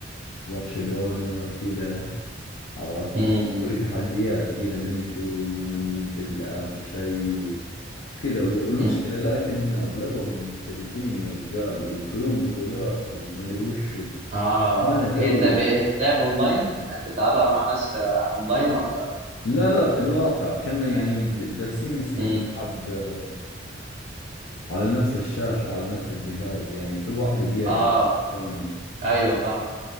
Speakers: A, on the left; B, on the right.
A: وبرشلونة وكذا عرفت
B: امم
A: نسوي تحديات وكذا من يفوز ومن يبقى للآخر شيء وكذا والمشكلة
B: مم.
A: لكن إن أغلبهم محترفين يا رجال ويدخلون بطولات ومدري وشو
B: اه
A: وأنا توي
B: هي انت هي تتلعب اونلاين يعني انت بتلعبها مع ناس آه، اونلاين ولا
A: لا لا في الواقع حنا يعني ج- جالسين نست-
B: امم
A: نلعب آه، على نفس الشاشة على نفس الجهاز يعني كل واحد بيد
B: اه
A: سوني
B: ايوه فاهم